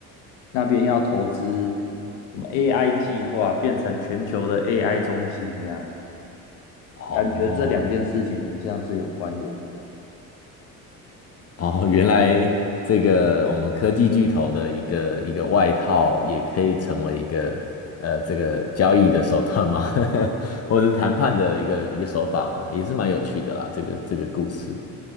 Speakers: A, on the left; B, on the left.
A: 那边要投资什么 AI 计划，变成全球的 AI 中心，这样
B: 哦。
A: 感觉这两件事情很像是有关联的。
B: 哦，原来这个我们科技巨头的一个一个外套，也可以成为一个呃这个交易的手段吗？<laughs> 或者是谈判的一个一个手法嘛，也是蛮有趣的啦。这个这个故事，